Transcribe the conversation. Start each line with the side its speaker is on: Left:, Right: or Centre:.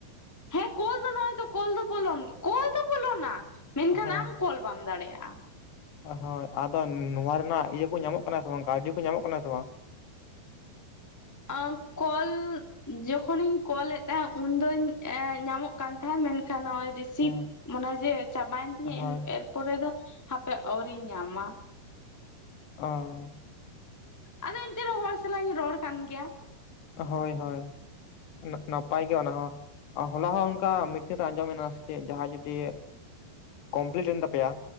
Centre: ᱦᱮᱸ ᱠᱚᱞ ᱫᱚ ᱱᱚᱜ-ᱚᱭ ᱛᱚ ᱠᱚᱞ ᱫᱚ ᱵᱚᱞᱚᱱ, ᱠᱚᱞ ᱫᱚ ᱵᱚᱞᱚᱱᱟ, ᱢᱮᱱᱠᱷᱟᱱ
Left: ᱦᱮᱸ
Centre: ᱟᱢ ᱠᱚᱞ ᱵᱟᱢ ᱫᱟᱲᱮᱭᱟᱜ-ᱟ᱾
Left: ᱦᱳᱭ, ᱟᱫᱚ ᱱᱚᱣᱟ ᱨᱮᱱᱟᱜ ᱤᱭᱟᱹ ᱠᱚ ᱧᱟᱢᱚᱜ ᱠᱟᱱᱟ ᱥᱮ ᱵᱟᱝ ᱠᱟᱹᱣᱰᱤ ᱠᱚ ᱧᱟᱢᱚᱜ ᱠᱟᱱᱟ ᱥᱮ ᱵᱟᱝ?
Centre: ᱟᱸᱻ ᱠᱚᱞ ᱡᱚᱠᱦᱚᱱ ᱤᱧ ᱠᱚᱞ ᱮᱫ ᱛᱟᱦᱮᱸᱜ ᱩᱱ ᱫᱚᱧ ᱧᱟᱢᱚᱜ ᱠᱟᱱ ᱛᱟᱦᱮᱸᱫ ᱢᱮᱱᱠᱷᱟᱱ ᱱᱚᱜ-ᱚᱭ ᱨᱤᱥᱤ ᱥᱤᱵᱽ
Left: ᱦᱮᱸ
Centre: ᱢᱟᱱᱮ ᱡᱮ ᱪᱟᱵᱟᱭᱮᱱ ᱛᱤᱧᱟᱹ
Left: ᱦᱳᱭ
Centre: ᱮᱨ ᱯᱚᱨᱮ ᱫᱚ ᱦᱟᱯᱮ ᱟᱹᱣᱨᱤᱧ ᱧᱟᱢᱟ᱾
Left: ᱚᱻ
Centre: ᱟᱫᱚ ᱮᱱᱛᱮ ᱨᱮᱚᱸ ᱦᱚᱲ ᱥᱟᱞᱟᱜ ᱤᱧ ᱨᱚᱲ ᱠᱟᱱ ᱜᱮᱭᱟ᱾
Left: ᱦᱳᱭ ᱦᱳᱭ ᱟᱞᱟᱜᱽ ᱱᱟᱯᱟᱭ ᱜᱮ ᱚᱱᱟ ᱦᱚᱸ᱾ ᱦᱚᱞᱟ ᱦᱚᱸ ᱚᱝᱠᱟ ᱢᱤᱴᱤᱱ ᱨᱮ ᱟᱸᱡᱚᱢ ᱮᱱᱟ ᱥᱮ ᱪᱮᱫ ᱡᱟᱦᱟᱸᱭ ᱡᱩᱫᱤ ᱠᱚᱢᱯᱞᱤᱴ ᱮᱱ ᱛᱟᱯᱮᱭᱟ